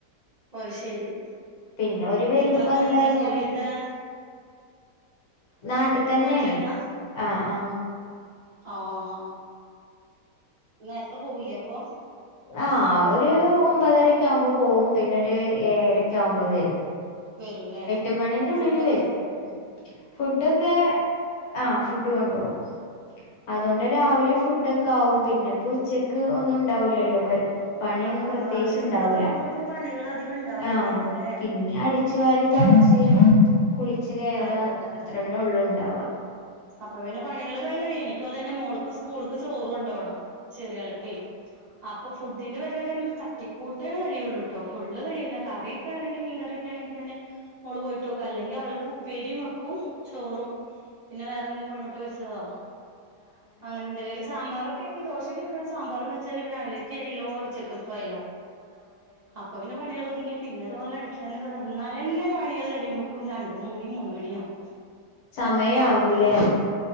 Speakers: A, on the right; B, on the left.
A: ഓ ശരി
B: പിന്നെ അവര് വരും
A: ഇക്കാക്ക
B: വന്ന
A: എന്താ
B: കഴിഞ്ഞാല്
A: ജോലി എന്താ
B: നാട്ടിതന്നേണ്
A: നാട്ടിലെന്നാ
B: ആഹ് ആഹ്
A: ആഹാ നേരത്തെ പോവില്ല്യ അപ്പൊ
B: ആഹ് അവര് ഒമ്പതരക്കെ ആകുമ്പോ പോവും പിന്നെ ഒരു ഏഴരക്കെ ആവുമ്പോ വരും
A: വരൂല്ലേ
B: എട്ട് മണിന്റെ ഉള്ളില്
A: ഫുഡൊക്കെ
B: വരും ഫുഡൊക്കെ ആഹ് ഫുഡ് കൊണ്ടുപോവും അതുകൊണ്ട് രാവിലെ ഫുഡക്കെ ആവും പിന്നെപ്പോ ഉച്ചക്ക് ഒന്നും ഉണ്ടാവൂല്ലല്ലോ പണി പണിയൊന്നും
A: ആ
B: പ്രത്യേകിച്ച്
A: രാവിലെ
B: ഇണ്ടാവൂല
A: ഫുഡൊക്കെ ആവുമ്പോ പിന്നെ പണികൾ അധികം ഉണ്ടാവൂല്ലല്ലോ
B: ആഹ്
A: ല്ലേ
B: പിന്നെ ഞാൻ അടിച്ചു വാരി തോടച്ച് കുളിച്ച് കേറാ
A: അതെ അതെ അതെ
B: അത്രന്നെള്ള ഉണ്ടാവ
A: അപ്പൊ പിന്നെ പണികള് വേഗം കഴിയും എനിക്കും അതെന്നെ മോള്‌ക് സ്കൂളിക്ക് ചോറും കൊണ്ടോണം. ചെറിയ ആള്കെ അപ്പൊ ഫുഡിന്റെ പരിപാടി തട്ടി കൂട്ടിയാലേ കഴിയുള്ളൂട്ടോ ഫുള്ള് കഴിയുല കറിയൊക്കെ ആണെങ്കി മീൻകറിയൊക്കെ ആണെങ്കിൽ ഞാന് മോൾ പോയിട്ട് വെക്കും അല്ലെങ്കിൽ അവൾക്ക് ഉപ്പേരിം വെക്കും ചോറും പിന്നെ വേറെ എന്തെങ്കിലും കോഴിമുട്ട് പൊരിച്ചതോ അങ്ങനെ എന്തെങ്കിലും സാമ്പാറ് ണെങ്ക ദോശക്ക്‌ ഇതു സാമ്പാറുംവെച്ച് പിന്നെ രാവിലെതെയായിലോ ഉച്ചക്കതെയും ആയല്ലോ. അപ്പ പിന്നെ പണികള് ഒതുങ്ങിയ പിന്നെതുപോല അടിക്കി ചിലയിസം എന്നാല്ല്ന്നെ പണികൾ കഴിയുമ്പോക്കും രണ്ട് മൂന്നു മൂന്ന് മണിയാവും
B: ചമയാവുലേ